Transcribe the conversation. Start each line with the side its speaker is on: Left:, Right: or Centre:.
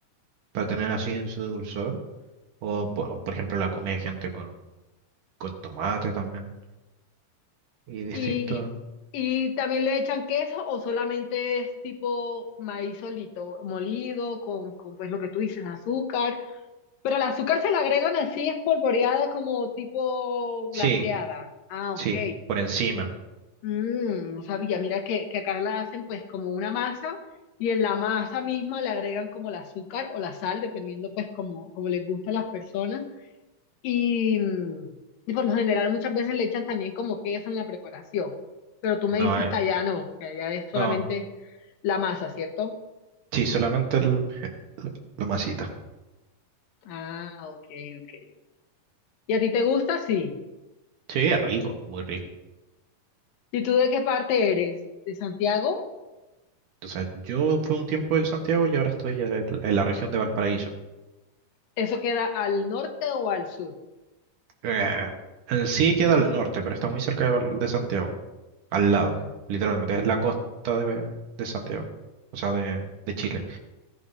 Right: para tener así en su dulzor, o por, por ejemplo la come gente con, con tomate también, y distinto.
Left: y, y también le echan queso o solamente es tipo maíz solito, molido, con, con pues lo que tú dices, azúcar. Pero el azúcar se la agregan así espolvoreada como tipo
Right: Sí,
Left: glaseada. Ah, ok.
Right: sí, por encima.
Left: Mm, no sabía, mira que, que acá la hacen pues como una masa y en la masa misma le agregan como el azúcar o la sal, dependiendo pues como, como les gusta a las personas. Y, mm, y por lo general muchas veces le echan también como queso en la preparación. Pero tú me
Right: No,
Left: dices
Right: eh,
Left: que allá no, que allá es solamente
Right: no,
Left: la masa, ¿cierto?
Right: sí, solamente el, la masita.
Left: Ah, ok, ok. ¿Y a ti te gusta? Sí.
Right: Sí, es rico, muy rico.
Left: ¿Y tú de qué parte eres? ¿De Santiago?
Right: O sea, yo fui un tiempo en Santiago y ahora estoy en en la región de Valparaíso.
Left: ¿Eso queda al norte o al sur?
Right: Eh, en sí queda al norte, pero está muy cerca de, Val- de Santiago, al lado,
Left: Mm.
Right: literalmente, es la costa de, de Santiago, o sea, de, de Chile,